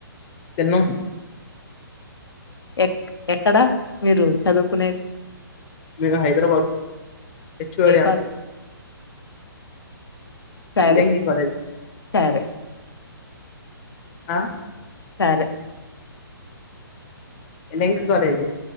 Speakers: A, on the left; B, on the left.
A: తన్న
B: ఎ ఎక్కడా మీరు చదువుకునేది
A: మీ హైదరాబాద్ హచ్చు వెడి
B: ఏకా
A: అంట్ర
B: సరే
A: ఎల్ఎంకి కాలేజ్
B: సరే
A: ఆ
B: సరే
A: లెంక కాలేజ్